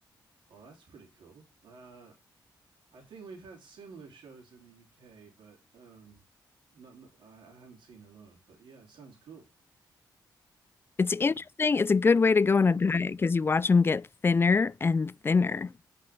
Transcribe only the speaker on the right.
Well, that's pretty cool. Uh, I think we've had similar shows in the UK, but um, not, not- I, I haven't seen Alone. But yeah, it sounds cool.
Yeah.